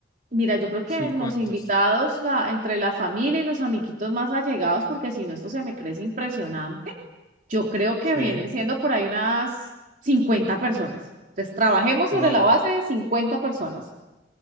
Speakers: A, on the right (about 50°); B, on the left (about 20°).
A: mira, yo creo que
B: Sí,
A: los
B: ¿cuántos?
A: invitados la- entre la familia y los amiguitos más allegados, porque si no, esto se me crece impresionante. Yo creo que
B: Sí,
A: vienen siendo por ahí unas 50 personas. Entonces, trabajemos sobre
B: vale.
A: la base de 50 personas.